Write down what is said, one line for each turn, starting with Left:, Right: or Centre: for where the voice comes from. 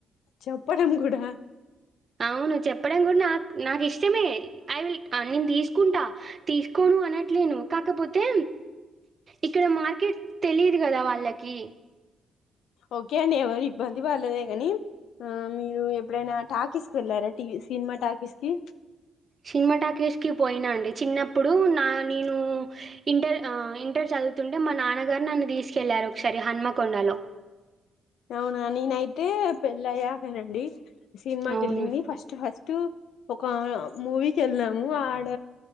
Left: చెప్పడం కూడా
Right: అవును చెప్పడం కూడా నా నాకు ఇష్టమే ఐ విల్ నేను తీసుకుంటా తీసుకోను అనట్లేను కాకపోతే ఇక్కడ మార్కెట్ తెలియదు కదా వాళ్ళకి
Left: ఓకే అండి ఎవరు ఇబ్బంది పడలేదే కాని ఆ మీరు ఎప్పుడైనా టాక్ తిస్కేల్లారా టీ సినిమా టాకీస్కి
Right: సినిమా టాకీస్ కి పోయిన అండి చిన్నప్పుడు నా నేను ఇంటర్ ఆ ఇంటర్ చదువుతుంటే మా నాన్నగారు నన్ను తీసుకెళ్ళారు ఒకసారి హన్మకొండలో
Left: అవునా నేనైతే పెళ్ళ అయ్యాకనండి సినిమాకి
Right: అవును
Left: వెళ్ళింది ఫస్టు ఫస్టు ఒక మూవీకి కెళ్ళాము ఆడ